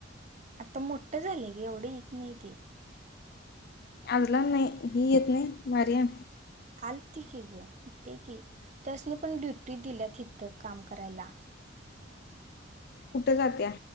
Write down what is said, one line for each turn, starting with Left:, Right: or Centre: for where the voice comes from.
Right: आता मोठं झालेय ग एवढे येत नाही ते.
Left: अजला नाही ही येत नाही मार्या.
Right: आलती की ग इथे की त्यासनी पण ड्युटी दिल्यात इथं काम करायला.
Left: कुठे जात्या?